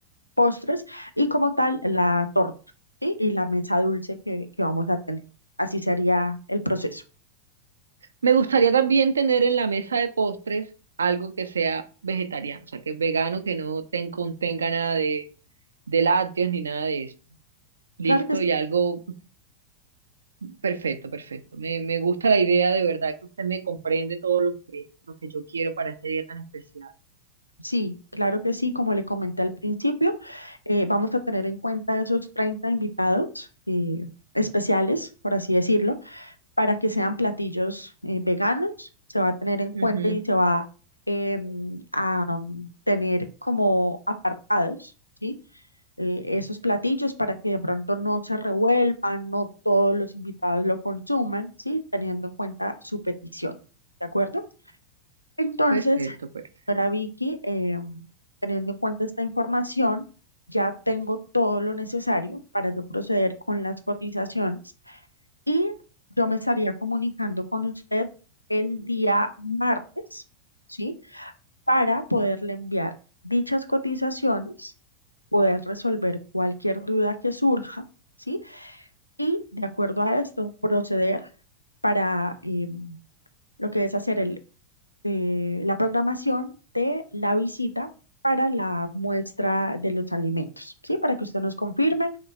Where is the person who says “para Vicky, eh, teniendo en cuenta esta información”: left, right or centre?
Left